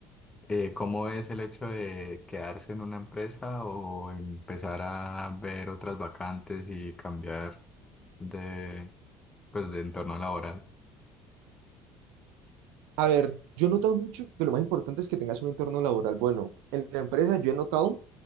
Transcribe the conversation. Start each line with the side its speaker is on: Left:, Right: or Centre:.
Left: eh, ¿cómo es el hecho de quedarse en una empresa o empezar a ver otras vacantes y cambiar de, pues, de entorno laboral?
Right: A ver, yo he notado mucho que lo más importante es que tengas un entorno laboral bueno. En la empresa yo he notado